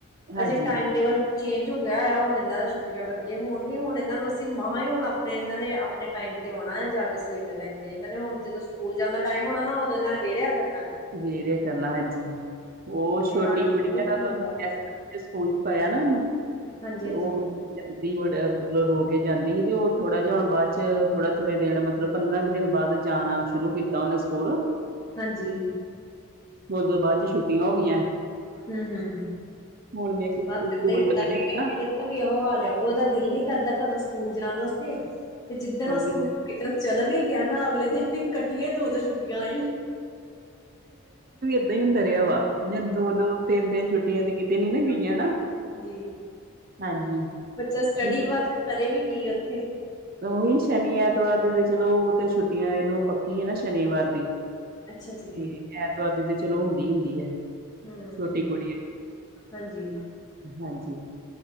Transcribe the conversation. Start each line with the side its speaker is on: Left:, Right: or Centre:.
Right: ਹਾਂਜੀ
Left: ਅਜੇ ਟਾਈਮ ਟੇਬਲ ਚੇਂਜ ਹੋ ਗਿਆ ਆ ਹੁਣ ਇਹ ਦਾ ਛੁੱਟੀਆਂ ਕਰਕੇ ਹੁਣ ਵੀ ਹੁਣ ਇਹਨਾਂ ਨੂੰ ਸ ਅਸੀਂ ਮਾਂ ਏ ਹੁਣ ਆਪਣੇ ਇਹਨਾਂ ਨੇ ਆਪਣੇ ਟਾਈਮ ਤੇ ਆਉਣਾ ਆ ਜਾ ਕੇ ਸਵੇਰ ਦੇ ਟਾਈਮ ਤੇ ਇਹਨਾਂ ਨੇ ਹੁਣ ਜਦੋਂ ਸਕੂਲ ਜਾਨਾ ਟਾਈਮ ਹੋਣਾ ਨਾ ਉਦੋ ਇਹਨਾਂ ਨੇ ਵੇਰਿਆ ਫੇਰ
Right: ਵੇਰੇ ਕਰਨਾ ਹਾਂਜੀ। ਉਹ
Left: ਤੇ
Right: ਛੋਟੀ
Left: ਸਾਡੇ
Right: ਕੁੜੀ
Left: ਕੋਲ ਨੀ
Right: ਐ
Left: ਉੱਠ
Right: ਓਹਨੂੰ
Left: ਹੁੰਦਾ
Right: ਐਸ ਸਕੂਲ ਚ ਪਾਇਆ ਨਾ ਉਹਨੂੰ। ਤੇ
Left: ਹਾਂਜੀ
Right: ਉਹਦੀ
Left: ਹਾਂਜੀ
Right: ਮਤਲਬ ਰੋ ਕੇ ਜਾਂਦੀ ਸੀ ਤੇ ਉਹ ਥੋੜਾ ਜਿਹਾ ਹੋਣ ਬਾਅਦ ਚ ਥੋੜਾ ਥੋੜੇ ਦਿਨ ਮਤਲਬ ਪੰਦਰਾਂ ਕੁ ਦਿਨ ਬਾਅਦ ਜਾਣਾ ਸ਼ੁਰੂ ਸ਼ੁਰੂ ਕੀਤਾ ਉਹਨੇ ਸਕੂਲ।
Left: ਹਾਂਜੀ।
Right: ਹੁਣ ਦੋ ਬਾਅਦ ਚ ਛੁੱਟੀਆਂ ਹੋ ਗਈਆਂ।
Left: ਹੂੰ ਹੂੰ
Right: ਹੁਣ ਮੈਂ ਕਿਹਾ
Left: ਬਸ
Right: ਸਕੂਲ
Left: ਏਦਾਂ
Right: ਲੱਗਣੇ
Left: ਈ
Right: ਨਾ
Left: ਵੀ ਇਹੋ ਹਾਲ ਏ ਉਹਦਾ ਦਿਲ ਨੀ ਕਰਦਾ ਘਰੋਂ ਸਕੂਲ ਜਾਣ ਵਾਸਤੇ ਤੇ ਜਿੱਦਣ
Right: ਉਹੀ
Left: ਉਹ ਸਕੂਲ ਚਲਾ ਵੀ ਗਿਆ ਨਾ ਅਗਲੇ ਦਿਨ ਹੀ ਕੱਠੀਆਂ ਹੀ ਦੋ ਦੋ ਛੁੱਟੀਆਂ ਆ ਜਾਣੀ ਆ।
Right: ਨਈਂ ਦਰਿਆ ਵਾ ਜਾਂ ਦੋ ਦੋ ਤਿੰਨ ਤਿੰਨ ਛੁੱਟੀਆਂ ਤੇ ਕਿਤੇ ਨੀ ਨਾ ਗਈਆਂ ਨਾ।
Left: ਜੀ,
Right: ਹਾਂਜੀ
Left: ਬੱਚਾ ਸਟੱਡੀ
Right: ਸ਼ਨੀ
Left: ਬਸ ਕਰੇ ਵੀ ਕੀ ਉੱਥੇ।
Right: ਉਹੀ ਸ਼ਨੀ ਐਤਵਾਰ ਦੀ ਤੇ ਚਲੋ ਉਹ ਤੇ ਛੁੱਟੀਆਂ ਇਹਨੂੰ ਪੱਕੀ ਐ ਨਾ ਸ਼ਨੀਵਾਰ ਦੀ।
Left: ਅੱਛਾ ਜੀ,
Right: ਤੇ ਐਤਵਾਰ ਦੀ ਤੇ ਚਲੋ ਹੁੰਦੀ ਹੁੰਦੀ ਐ।
Left: ਹੂੰ,
Right: ਛੋਟੀ ਕੁੜੀ
Left: ਹਾਂਜੀ।
Right: ਹਾਂਜੀ।